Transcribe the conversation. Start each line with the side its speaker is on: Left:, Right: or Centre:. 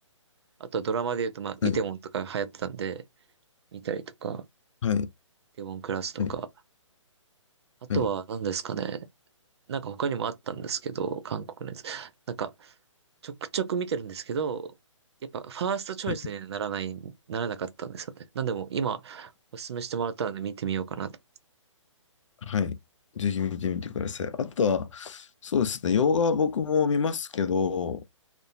Right: あとはドラマで言うと、まあ、
Left: はい、
Right: イテウォンとか流行ってたんで、見たりとか、
Left: はい、
Right: イテウォンクラスとか、
Left: はい、
Right: あとは何ですかね。
Left: はい、
Right: なんか他にもあったんですけど、韓国のやつ。なんか、ちょくちょく見てるんですけど、やっぱファーストチョイスにならない、
Left: はい。
Right: ならなかったんですよね。なんでも今、おすすめしてもらったので見てみようかなと。
Left: はい。ぜひ見てみてください。あとは、そうですね、洋画は僕も見ますけど、